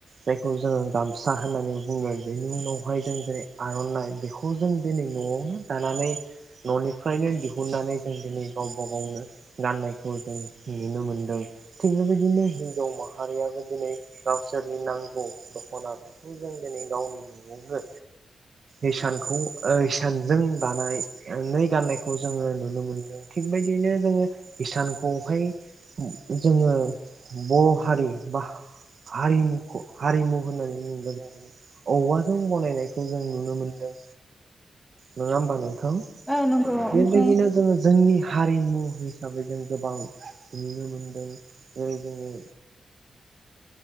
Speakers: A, on the right; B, in the centre.
A: जायखौ जोङो गा। सा होननानै बुङो बेनि उनाव। बेहाय जों जेरै आर'नाइ बे। खौ जों दिनै न'आवनो दानानै न'निफ्रायनो दिहु। हुननानै जों दिनै गावबा गावनो। गाननायखौ जों नुनो मोनदों थिग बेबायदिनो हिनजाव माहारियाबो दिनै गावसोरनि नांगौ दख'ना। बेखौ जों दिनै गावनि न'आवनो इसानखौ इसानजों दानायानानै गाननायखौ जोङो नुनो मोनदों थिगबायदियैनो जोङो इसानखौहाय जोङो बर' हारि बा हारिमुखौ हारिमु। होननानै औवाजों बनायनाय। खौ जों नुनो मोनदों। नोङा होमबा नों थां
B: औ नंगौ
A: बेबायदिनो
B: ओमफ्राय
A: जोङो जोंनि। हारिमु हिसाबै जों गोबां नुनो मोनदों जेरै जोङो।